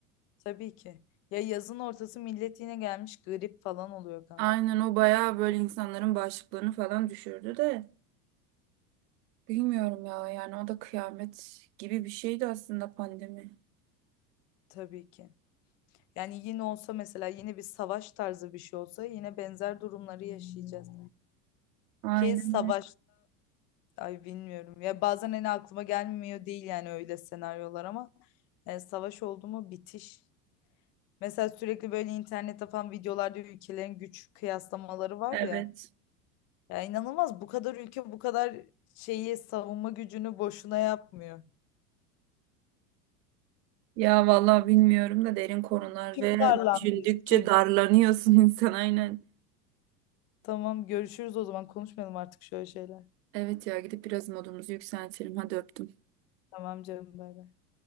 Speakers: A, on the left (about 50°); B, on the right (about 75°).
A: tabii ki. Ya yazın ortası millet yine gelmiş grip falan oluyor kanka.
B: Aynen o bayağı böyle insanların bağışıklığını falan düşürdü de bilmiyorum ya yani o da kıyamet gibi bir şeydi aslında pandemi.
A: Tabii ki. Yani yine olsa mesela yine bir savaş tarzı bir şey olsa yine benzer durumları yaşayacağız.
B: Aynen
A: Ki savaş
B: öyle.
A: ay bilmiyorum. Ya bazen hani aklıma gelmiyor değil yani öyle senaryolar ama yani savaş oldu mu bitiş. Mesela sürekli böyle internette falan videolarda ülkelerin güç kıyaslamaları var
B: Evet.
A: ya. Ya inanılmaz bu kadar ülke bu kadar şeyi savunma gücünü boşuna yapmıyor.
B: Ya vallahi bilmiyorum da derin konular
A: Kim
B: ve
A: darlandı?
B: düşündükçe
A: Kim?
B: darlanıyorsun <laughs> insan aynen.
A: Tamam görüşürüz o zaman konuşmayalım artık şöyle şeyler.
B: Evet ya gidip biraz modumuzu yükseltelim. Hadi öptüm.
A: Tamam canım bay bay.